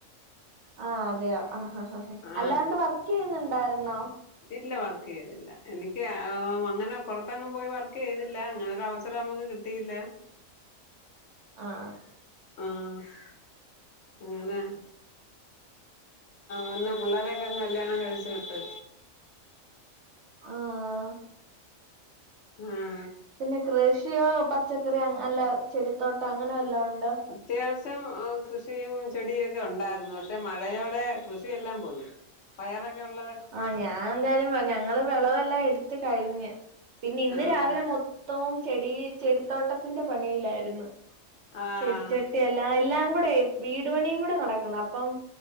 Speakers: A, on the right; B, on the left.
A: ആഹ് അതെയോ ആഹ്
B: ആഹ്
A: അല്ലാണ്ട് വർക്ക് ചെയ്യുന്നുണ്ടായിരുന്നോ
B: ഇല്ല വർക്ക് ചെയ്തില്ല എനിക്ക് അങ്ങനെപ്പുറത്തങ്ങും പോയി വർക്ക് ചെയ്തില്ല അങ്ങനെ ഒരു അവസരം നമുക്ക് കി ത്തില്ല
A: ആഹ്
B: ആഹ് അങ്ങനെ ഒന്ന് പിള്ളേരൊക്കെ കല്യാണം കഴിച്ചു വിട്ട്
A: ആഹ്
B: ആഹ്
A: പിന്നെ കൃഷിയോ പച്ചക്കറിയോ അല്ല ചെടിത്തോട്ടം അങ്ങനെല്ലോ ഉണ്ടൊ
B: അത്യാവശ്യം കൃഷിയും ചെടിയും ഒക്കെ ഉണ്ടായിരുന്നു പക്ഷെ മഴയോടെ കൃഷിയെല്ലാം പോയി പയറൊക്കെ ഉള്ളത്
A: ആഹ് ഞാൻ എന്തായാലും ഞങ്ങള് വിളവെല്ലാം എടുത് കഴിഞ്ഞ് പിന്നെ ഇന്ന്
B: ആഹ്
A: രാവിലെ മു തോം ചെടി ചെടിത്തോട്ടത്തിന്റെ പണിയിലായിരുന്നു
B: ആഹ്
A: ചെടിച്ച ട്ടി എല്ലാ എല്ലാം കൂടെ വീട് പണിയും കൂടെ നടക്കുന്ന അപ്പം